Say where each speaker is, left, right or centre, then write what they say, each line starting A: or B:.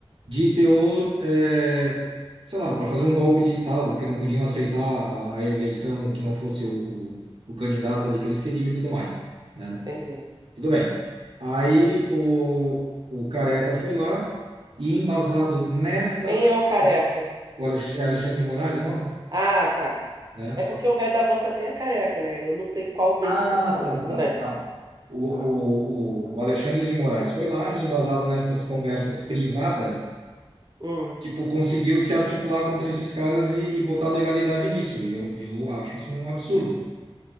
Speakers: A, on the right (about 65°); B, on the right (about 45°).
A: de teor, é, sei lá, para fazer um golpe de Estado, porque não podiam aceitar a, a eleição que não fosse o, o, o candidato ali que eles queriam e tudo mais, né?
B: Entendi.
A: Tudo bem. Aí o, o Careca foi lá e embasado nestas,
B: Quem é o careca?
A: o Alex- é Alexandre de Moraes o nome,
B: Ah, tá.
A: né?
B: É porque o velho da van também é careca, né? Eu não sei qual deles
A: Ah,
B: você tá falando,
A: tá,
B: mas
A: tá.
B: tudo bem.
A: Não. O, o, o o Alexandre de Moraes foi lá e, embasado nessas conversas privadas,
B: Hum.
A: tipo, conseguiu se articular contra esses caras e, e botar legalidade nisso. E eu, e eu acho isso um absurdo.